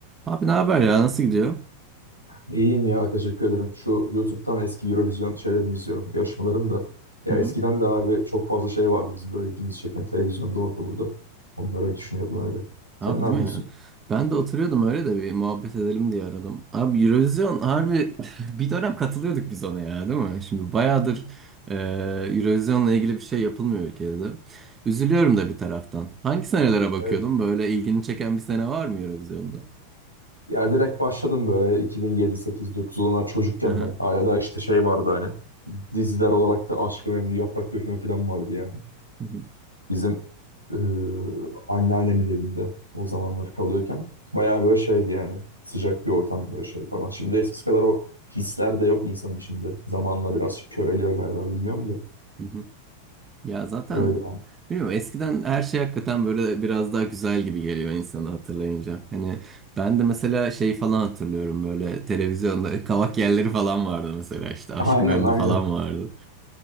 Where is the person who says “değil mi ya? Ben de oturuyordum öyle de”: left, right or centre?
Right